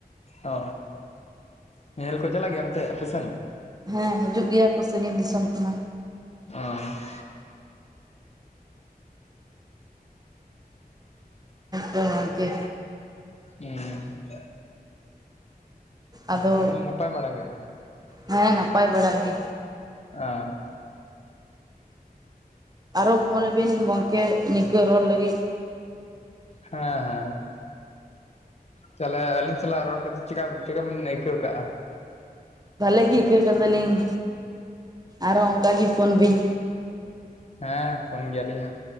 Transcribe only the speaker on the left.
ᱚ ᱧᱮᱧᱮᱞ ᱠᱚ ᱪᱟᱞᱟᱜ ᱜᱮᱭᱟ ᱮᱱᱛᱮ ᱟᱯᱮᱥᱮᱱ
ᱚᱸᱻ
ᱦᱮᱸ <inaudible>
ᱛᱟᱦᱚᱞᱮ ᱱᱟᱯᱟᱭ ᱵᱟᱲᱟ ᱜᱮ
ᱟᱻ
ᱦᱮᱸ ᱦᱮᱸ ᱛᱟᱦᱚᱞᱮ ᱟᱹᱞᱤᱧ ᱥᱟᱞᱟᱜ ᱨᱚᱲ ᱠᱟᱛᱮ ᱪᱮᱠᱟ ᱪᱮᱠᱟ ᱵᱮᱱ ᱟᱹᱭᱠᱟᱹᱣ ᱠᱟᱜᱼᱟ
ᱦᱮᱸ ᱯᱷᱳᱱ ᱜᱮᱭᱟᱞᱤᱧ ᱦᱟᱸᱜ